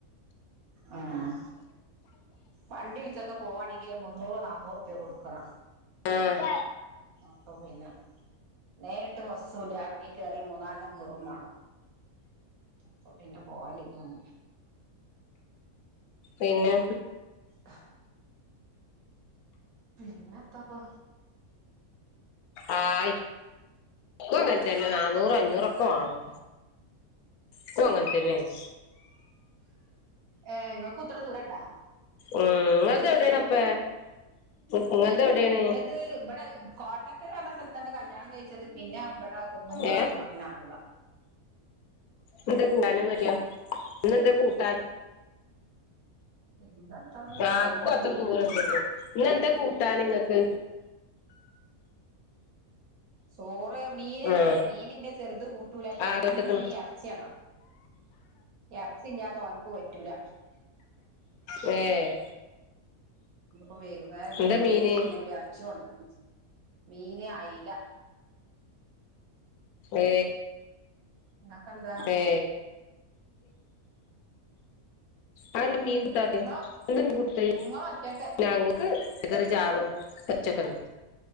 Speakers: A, on the right; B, on the left.
A: ആഹ് വണ്ടി വിൾച്ചൊക്കെ പോവാണെങ്കില് മുന്നൂറ് നന്നൂറുപ്യൊക്കെ കൊടുക്കണം
B: ആഹ
A: അപ്പൊ പിന്നെ നേരിട്ട് പോസ് സോ ബാങ്കി കയറി മൂന്നാലെണ്ണം കീറും വേണം അപ്പൊ പിന്നെ പോവലിങ്കങ്ങെ
B: പിന്നെ
A: <inaudible> പിന്നെത്തപ്പൊ
B: ആ ഇക്കോ അങ്ങനെ തന്നെ നാ നുറും അഞ്ഞൂറക്കെ
A: ആഹ്
B: വേണം ഇക്കു അങ്ങനെ തന്നെയാണ്
A: ഏ നിങ്ങൾക്ക്ത്ര ദൂരണ്ടാ
B: ഉം ങ്ങൾത് എവിടൊണ് അപ്പ നിങ്ങളത് എവിടെയാണ്
A: ഇന്റത് ഇബടെ കോട്ടക്കൽ ന്ന് പറഞ്ഞ സ്ഥലത്ത് കല്യാണം കഴിച്ചത് പിന്നെ ഇവിടെ കുന്നോ പറഞ്ഞാ
B: ഏ
A: അത
B: ഇന്ന് എന്താ കൂട്ടാനന്ന് പറയാ ഇ ന്ന് എന്താ കൂട്ടാൻ
A: പിന്നെത്താ
B: ആക്കും
A: ചോറും
B: അത്ര
A: മീനും
B: ദൂരണ്ട ഇന്നെന്താ കൂട്ടാൻ ങ്ങക്ക്
A: ചോറ് മീനാണ്
B: ആ
A: മീനിന്റെ ചെറുത് കൂട്ടൂല എന്നും
B: ആ കേട്ട്ക്ക്ണ്
A: ഈ അർച്ചിവേണം ഇറച്ചി ഇല്ലാതെ ഓൻക്ക് പറ്റൂല
B: ഏ...
A: ഇന്നി പ്പോ വൈകുന്നേരം ഞാൻ
B: എന്താ
A: വ ന്നീന്റെ
B: മീന്
A: ശേഷം ഇറച്ചി കൊണ്ടിരിപ്പിച്ചു മീന അയില
B: ഏ
A: ഇങ്ങക്കെന്താ
B: ഏ അതെന്റെ മീൻ കൂട്ടാത്തെ
A: ഇങ്ങള്
B: എന്താ മീൻ കൊടുത്ത
A: ഇങ്ങള് ഒറ്റക്ക്
B: ഞങ്ങക്ക് പച്ചക്കറി ചാറും പച്ചക്കറി